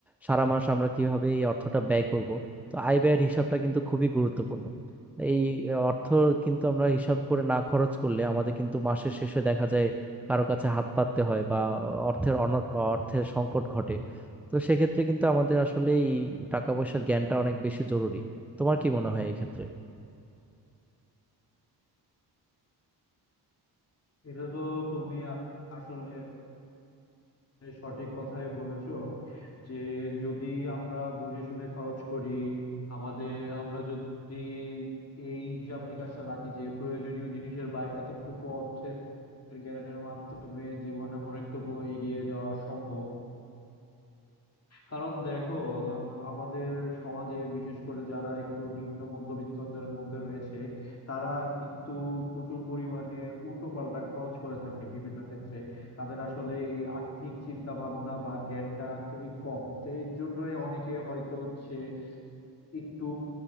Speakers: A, in the centre; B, on the left.
A: সারা মাস আমরা কিভাবে এই অর্থটা ব্যয় করব তো আয় ব্যয়ের হিসাবটা কিন্তু খুবই গুরুত্বপূর্ণ এই আহ, অর্থ কিন্তু আমরা হিসাব করে না খরচ করলে আমাদের কিন্তু মাসের শেষে দেখা যায় কারো কাছে হাত পাততে হয় বা অর্থের অন অর্থের সংকট ঘটে তো সেক্ষেত্রে কিন্তু আমাদের আসলে এই টাকা পয়সার জ্ঞানটা অনেক বেশি জরুরি তোমার কি মনে হয় এই ক্ষেত্রে
B: এটা তো তুমি আ- আসলে সঠিক কথাই বলেছো যে যদি আমরা বুঝে শুনে খরচ করি আমাদের আমরা যদি এই হিসাব নিকাশটা রাখি যে প্রয়োজনীয় জিনিসের বাইরে এতটুকু অর্থের জ্ঞানের মাধ্যমে জীবনে অনেকটুকু এগিয়ে যাওয়া সম্ভব কারণ দেখো আমাদের সমাজে বিশেষ করে যারা একটু নিম্ন মধ্যবিত্তদের মধ্যে রয়েছে তারা কিন্তু প্রচুর পরিমাণে উল্টো পাল্টা খরচ করে থাকে বিভিন্ন ক্ষেত্রে তাদের আসলে এই আর্থিক চিন্তা ভাবনা বা জ্ঞানটা খুবই কম তো এর জন্যই অনেকে হয়তো হচ্ছে একটু